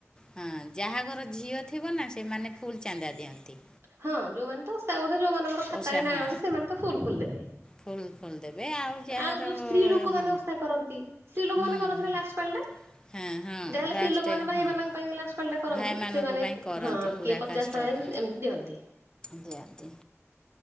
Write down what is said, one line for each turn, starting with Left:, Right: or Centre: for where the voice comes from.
Left: ହାଁ ଯାହାଘରେ ଝିଅ ଥିବ ନା। ସେମାନେ ଫୁଲ୍ ଚାନ୍ଦା ଦିଅନ୍ତି।
Right: ହଁ ଯୋଉମାନେ ତ ଓସା କରୁଥିବେ ଯୋଉମାନଙ୍କର ଖାତାରେ
Left: ଓଷା
Right: ନାଁ
Left: ହଁ
Right: ଅଛି ସେମାନେ ତ ଫୁଲ୍ ଫୁଲ୍ ଦେବେ।
Left: ଫୁଲ୍ ଫୁଲ୍ ଦେବେ ଯାହାର
Right: ଆଉ ଯୋଉ ସ୍ତ୍ରୀ ଲୋକମାନେ
Left: ହଁ
Right: ଓଷା କରନ୍ତି। ସ୍ତ୍ରୀ ଲୋକ
Left: ହୁଁ
Right: ମାନ କରନ୍ତି
Left: ହୁଁ
Right: ନା ଲାଷ୍ଟ ପାଳିଟା?
Left: ହଁ ହଁ
Right: ଯାହାହେଲେ
Left: ଲାଷ୍ଟ
Right: ସ୍ତ୍ରୀଲୋକମାନେ ଭାଇମାନଙ୍କ
Left: ହଁ
Right: ପାଇଁ ଲାଷ୍ଟ୍ ପାଳିଟା କରନ୍ତି।
Left: ଭାଇମାନଙ୍କ
Right: ସେମାନେ
Left: ପାଇଁ କରନ୍ତି
Right: ହଁ
Left: ପୁରା
Right: କିଏ ପଚାଶ
Left: କାଷ୍ଟା
Right: ଶହେ
Left: ରୁହନ୍ତି
Right: ଏମିତି ଦିଅନ୍ତି।
Left: ଦିଅନ୍ତି।